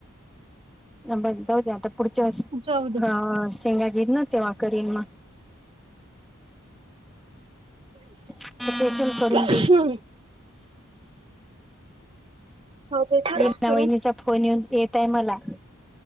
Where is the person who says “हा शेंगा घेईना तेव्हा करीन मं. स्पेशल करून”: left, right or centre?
Centre